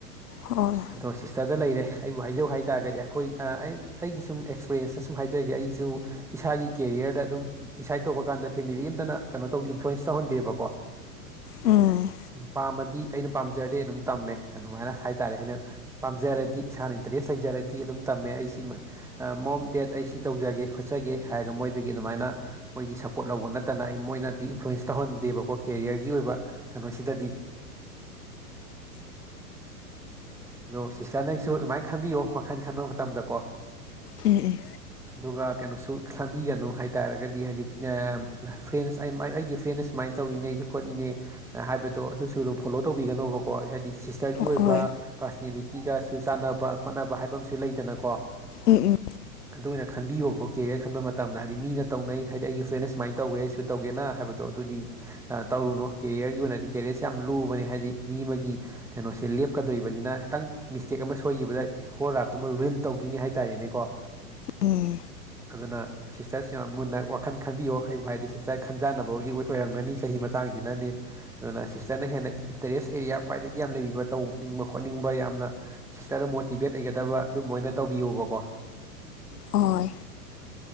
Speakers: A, on the left; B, in the centre.
A: ꯍꯣꯏ
B: ꯑꯗꯣ ꯁꯤꯁꯇꯔꯗ ꯂꯩꯔꯦ ꯑꯩꯕꯨ ꯍꯥꯏꯖꯧ ꯍꯥꯏꯇꯥꯔꯒꯗꯤ ꯑꯩꯈꯣꯏ ꯑꯩꯒꯤ ꯁꯨꯝ ꯑꯦꯛꯁꯄꯔꯌꯦꯦꯟꯁꯇ ꯁꯨꯝ ꯍꯥꯏꯖꯒꯦ ꯑꯩꯁꯨ ꯏꯁꯥꯒꯤ ꯀꯦꯔꯤꯌꯔꯗ ꯑꯗꯨꯝ ꯗꯤꯁꯥꯏꯠ ꯇꯧꯕ ꯀꯥꯟꯗ ꯐꯦꯃꯤꯂꯤ ꯑꯃꯝꯇꯅ ꯀꯩꯅꯣ ꯇꯧꯗꯦ ꯏꯟꯐ꯭ꯂꯨꯌꯦꯟꯁ ꯇꯧꯍꯟꯗꯦꯕꯀꯣ
A: ꯎꯝ
B: ꯄꯃ <unintelligible> <inaudible> ꯗꯤ ꯑꯩꯅ ꯄꯥꯝꯖꯔꯗꯤ ꯑꯗꯨꯝ ꯇꯝꯃꯦ ꯑꯗꯨꯃꯥꯏꯅ ꯍꯥꯏꯇꯥꯥꯔꯦ ꯑꯩꯅ ꯄꯥꯝꯖꯔꯗꯤ ꯏꯁꯥꯅ ꯏꯟꯇꯔꯦꯁ ꯂꯩꯖꯔꯗꯤ ꯑꯗꯨꯝ ꯇꯝꯃꯦ ꯑꯩ ꯃꯣꯝ ꯗꯦꯠ ꯑꯩ ꯁꯤ ꯇꯧꯖꯒꯦ ꯈꯣꯠꯆꯒꯦ ꯍꯥꯏꯔꯒ ꯃꯣꯏꯗꯒꯤ ꯑꯗꯨꯃꯥꯏꯅ ꯃꯣꯏꯒꯤ ꯁꯄꯣꯔꯠ ꯂꯧꯕ ꯅꯠꯇꯅ ꯑꯩ ꯃꯣꯏꯅꯗꯤ ꯏꯟꯐ꯭ꯂꯨꯌꯦꯟꯁ ꯇꯧꯍꯟꯗꯦꯕꯀꯣ ꯀꯦꯔꯤꯌꯔꯒꯤ ꯑꯣꯏꯕ ꯀ ꯃꯁꯤꯗꯗꯤ ꯑꯗꯣ ꯁꯤꯁꯇꯔꯅ ꯑꯩꯁꯨ ꯑꯗꯨꯃꯥꯏꯅ ꯈꯟꯕꯤꯌꯣ ꯋꯥꯈꯜ ꯈꯟꯕ ꯃꯇꯝꯗꯀꯣ
A: ꯎꯝ ꯎꯝ
B: ꯑꯗꯨꯒ ꯀꯩꯅꯣꯁꯨ ꯈꯕꯤꯒꯅꯨ ꯍꯥꯏꯇꯥꯥꯔꯒꯗꯤ ꯍꯥꯏꯗꯤ ꯐ꯭ꯔꯦꯟ ꯑꯩꯒꯤ ꯐ꯭ꯔꯦꯟ ꯁꯨꯃꯥꯏꯅ ꯇꯧꯋꯅꯦ ꯑꯩꯁꯨ ꯈꯣꯠꯅꯤꯡꯅꯦ ꯍꯥꯏꯕꯗꯣ ꯑꯗꯨꯁꯨ ꯑꯗꯨꯝ ꯐꯣꯂꯣ ꯇꯧꯕꯤꯒꯅꯣꯕꯀꯣ ꯍꯥꯏꯗꯤ ꯁꯤꯁꯇꯔꯒꯤ ꯑꯣꯏꯕ
A: ꯍꯣꯏ
B: ꯄꯥꯔꯁꯅꯦꯂꯤꯇꯤꯒꯁꯨ ꯆꯥꯟꯅꯕ ꯈꯣꯠꯅꯕ ꯍꯥꯏꯕ ꯑꯃꯁꯨ ꯂꯩꯗꯅꯀꯣ
A: ꯎꯝ ꯎꯝ
B: ꯑꯗꯨ ꯑꯣꯏꯅ ꯈꯟꯕꯤꯌꯣꯕ ꯀꯦꯔꯤꯌꯔ ꯈꯟꯕ ꯃꯇꯝꯗ ꯍꯥꯏꯗꯤ ꯍꯥꯏ ꯃꯤꯅ ꯇꯧꯅꯩ ꯍꯥꯏꯗꯤ ꯑꯩꯒꯤ ꯐ꯭ꯔꯦꯟ ꯁꯨꯃꯥꯏꯅ ꯇꯧꯈ꯭ꯔꯦ ꯑꯩꯁꯨ ꯇꯧꯒꯦꯅ ꯍꯥꯏꯕꯗꯣ ꯑꯗꯨꯗꯤ ꯇꯧꯔꯨꯅꯣ ꯀꯦꯔꯤꯌꯔꯒꯤ ꯑꯣꯏꯅ ꯍꯥꯏ ꯀꯦꯔꯤꯁꯦ ꯌꯥꯝ ꯂꯨꯕꯅꯤ ꯍꯥꯏꯗꯤ ꯃꯤ ꯑꯃꯒꯤ ꯀꯩꯅꯣꯁꯦ ꯂꯦꯞꯀꯗꯣꯏꯕꯅꯤꯅ ꯈꯤꯇꯪ ꯃꯤꯁꯇꯦꯛ ꯑꯃ ꯁꯈꯤꯕ ꯍꯥꯏꯕꯗ ꯍꯣꯔ ꯔꯥꯞꯇꯨꯃ ꯔꯤꯜ ꯇꯧꯗꯣꯏꯅꯤ ꯍꯥꯏꯇꯥꯔꯦꯅꯦꯀꯣ
A: ꯎꯝ
B: ꯑꯗꯨꯅ ꯁꯤꯁꯇꯔꯁꯤ ꯃꯨꯟꯅ ꯋꯥꯈꯜ ꯈꯟꯕꯤꯌꯣ ꯑꯩ ꯍꯥꯏꯔꯗꯤ ꯁꯤꯁꯇꯔ ꯈꯟꯖꯥꯟꯅꯕꯕꯨꯗꯤ ꯑꯣꯏꯔꯝꯒꯅꯤ ꯆꯍꯤ ꯃꯇꯥꯡꯁꯤꯅꯅꯦ ꯑꯗꯨꯅ ꯁꯤꯁꯇꯔꯅ ꯍꯦꯟꯅ ꯏꯟꯇꯔꯦꯁ ꯑꯦꯔꯤꯌꯥ ꯈ꯭ꯋꯥꯏꯗꯒꯤ ꯌꯥꯝꯅ ꯂꯩꯕꯤꯕ ꯇꯧꯅꯤꯡꯕ ꯈꯣꯠꯅꯤꯡꯕ ꯌꯥꯝꯅ ꯁꯤꯇꯔ ꯃꯣꯇꯤꯚꯦꯠ ꯑꯣꯏꯒꯗꯕ ꯑꯗꯨꯝꯕ ꯑꯣꯏꯅ ꯇꯧꯕꯤꯌꯣꯕꯀꯣ
A: ꯍꯣꯏ